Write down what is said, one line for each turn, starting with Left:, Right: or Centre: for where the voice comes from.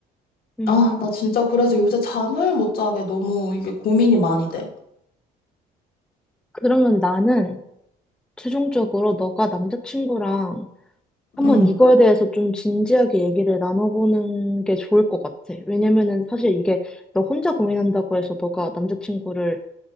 Centre: 응.
Left: 아, 나 진짜 그래서 요새 잠을 못 자게 너무 이게 고민이 많이 돼.
Centre: 그러면 나는 최종적으로 너가 남자친구랑 한번
Left: 응,
Centre: 이거에 대해서 좀 진지하게 얘기를 나눠보는 게 좋을 것 같아. 왜냐면은 사실 이게 너 혼자 고민한다고 해서 너가 남자친구를